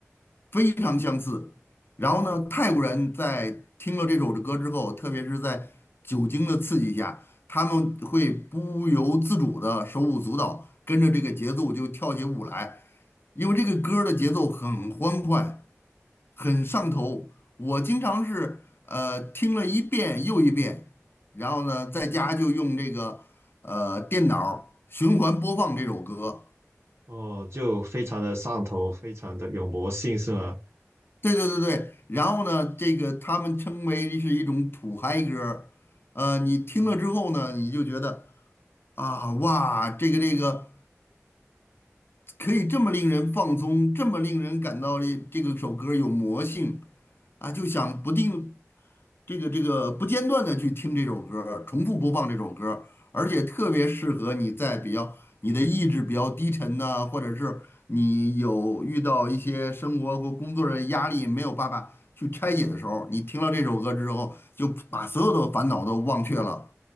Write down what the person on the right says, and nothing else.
哦，就非常的上头，非常的有魔性，是吗？
嗯，